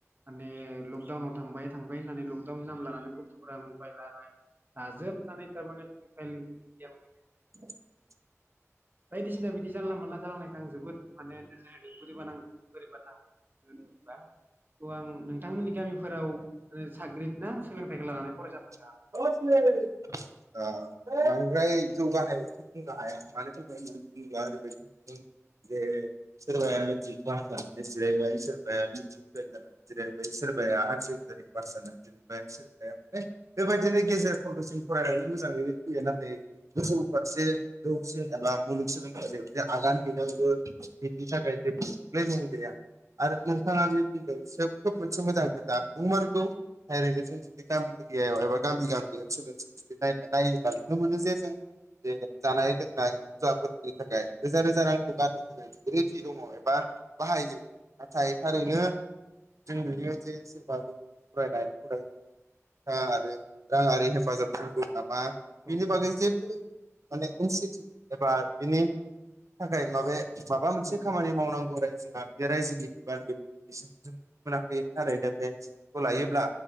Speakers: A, on the right; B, on the right.
A: माने लकडाउनाव थांबाय थांबाय होननानै लकडाउननि नाम लानानै गथ'फोरा मबाइल लाबाय लाजोबनानै थारमाने फ्रि फायार गेम
B: <inaudible>
A: बायदिसिना बिदि जानला मोनला जालांनाय आं जोबोद माने नोजोर होदों बोरैबा नाङो बोरैबा नाङो। उम बा गौ आं नोंथांमोननि गामिफोराव साग्रिद ना सोलोंथाइखौ लानानै फरायसा
B: <unintelligible> ओ बांद्राय जौगानायबोथ' बुंनो हाया मानि थाखाय होनना बुङोब्ला ओरैबायदि नुदों जे सोरबाया मेट्रिक पास जानानै जिरायबाय सोरबाया मित्रिक फेल जानानै जिरायबाय सोरबाया हायार सेकेडारि पास जानाय जिरबाय सोरबाया माने बेबायदिनो गेजेर खन्द'सिम फरायनानै मोजाङैनो फैयो नाथाय गोजौ फारसे जौसिन एबा मुलुगसोलोंथाइलियाव जे आगान हैनांगौ बिनि थाखाय जेबो प्लेनिं गैया आरो नोंथाङा बे बुंदों सोब खोब मोनसे मोजां खोथा नंमारगौ ओरैनो जों जुदि गामि एरियायाव एबा गामि गामि ओनसोल ओनसोल जुदि नायनानै नायोब्ला नुनो मोनो जे जों बे जानाय लोंनाय फुवाफोरनि थाखाय रोजा रोजा रांखौ गारनो थाखाय रेडि दङ एबा बाहायो नाथाय थारैनो जों नुयो जे सोरबा गथ' फरायनाय हुदाखौ <unintelligible> आरो रांआरि हेफाजाब थानांगौ। माबा बिनि
A: औ
B: बागै जेबो माने इनसिटिउट एबा बिनि थाखाय माबे माबा मोनसे
A: औ
B: खामानि मावनांगौ रायजोआ रायजोनि बिबान बेखौ एसेखौ मोनाखै थारैनो बेखौ लायोब्ला